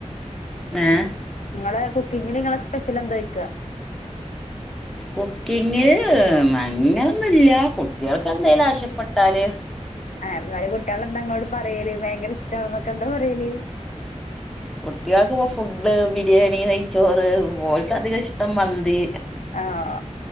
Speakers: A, in the centre; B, on the left.
A: ഏഹ്
B: ഇങ്ങളെ കുക്കിങ്ല്ങ്ങളെ സ്പെഷ്യലെന്തോയിക്ക?
A: കുക്കിങ്ങില് അങ്ങനൊന്നുല്ല്യ കുട്ടിയൾക്കെന്തേലും ആവശ്യപ്പെട്ടാല്
B: ആ എന്നാലും കുട്ടിയാളെന്താ ഇങ്ങളോട് പറയല് ഭയങ്കരിഷ്ട്ടാണെന്നൊക്കെ എന്താ പറയല്
A: കുട്ട്യാൾക്ക്പ്പം ഫുഡ് ബിരിയാണി, നെയച്ചോറ്, ഓൽകധികഷ്ടം മന്തി
B: ആഹ്